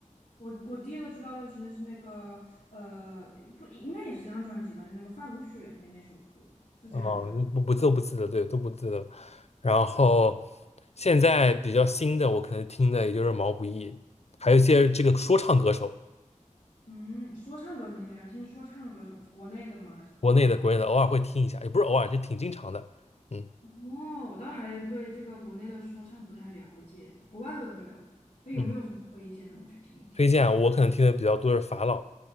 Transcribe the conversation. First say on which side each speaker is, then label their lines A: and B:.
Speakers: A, on the left; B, on the left.
A: 我我第一个知道的其实是那个呃不应该也是这张专辑吧，就那个《发如雪》那那首歌是这张专辑，
B: 哦、那不不都不记得，对，都不记得。然后现在比较新的，我可能听的也就是毛不易，还有一些这个说唱歌手，
A: 嗯，说唱歌手你喜欢听说唱歌手，国内的吗还是国外的？
B: 国内的、国内的，偶尔会听一下，也不是偶尔，就挺经常的。嗯
A: 哦，我倒还对这个国内的说唱不太了解，国外的我也不太了解。哎，
B: 嗯，
A: 有没有什么推荐的？我去听一听。
B: 推荐啊我可能听的比较多是法老，